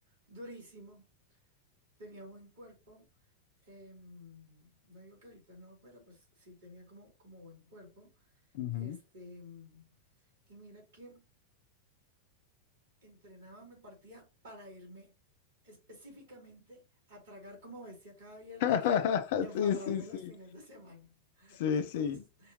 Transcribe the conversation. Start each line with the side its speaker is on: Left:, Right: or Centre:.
Right: durísimo, tenía buen cuerpo, em, no digo que ahorita no, pero pues sí tenía como, como buen cuerpo,
Left: Ujú.
Right: este, mm, y mira que... entrenaba, me partía para irme específicamente a tragar como bestia cada viernes
Left: <laughs>
Right: y a enfarrarme
Left: Sí, sí, sí.
Right: los fines de semana. <laughs>
Left: Sí,
Right: Entonces,
Left: sí.